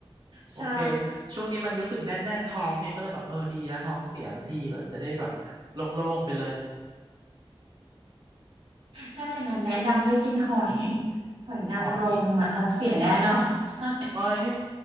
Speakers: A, on the right; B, on the right.
A: โอเค
B: ใช่
A: ช่วงนี้มันรู้สึกแน่นๆท้องไงก็เลยแบบเออดีแล้วท้องเสียก็ดีเลยจะได้แบบโล่งๆไปเลย
B: ถ้าอย่างนั้นแนะนำให้กินหอยหอยนางรมอ่ะท้องเสียแน่นอน
A: หอย
B: <laughs> ใช่
A: เอ้ย